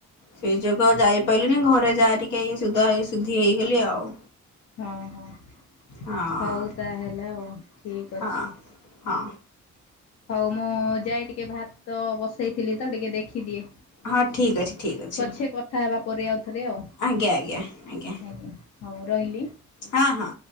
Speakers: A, on the left; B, on the left.
A: ସେଇ ଯୋଗୁଁ ଆଉ ଯାଇପାରି ଘରେ ଯାହା ଟିକେ ସୁଧା ସୁଧି ହେଇଗଲି ଆଉ
B: ହଁ ହଁ
A: ହଁ
B: ହଉ ତାହେଲେ ଆଉ ଠିକ୍ ଅଛି।
A: ହଁ ହଁ
B: ହଉ ମୁଁ ଯାଏ ଟିକେ ଭାତ ବସେଇଥିଲି ତ ଟିକେ ଦେଖିଦିଏ
A: ହଁ ଠିକ୍ ଅଛି ଠିକ୍ ଅଛି
B: ପଛେ କଥା ହେବା ପରେ ଆଉ ଥରେ ଆଉ
A: ଆଜ୍ଞା ଆଜ୍ଞା ଆଜ୍ଞା
B: ଆଜ୍ଞା ହଉ ରହିଲି
A: ହଁ ହଁ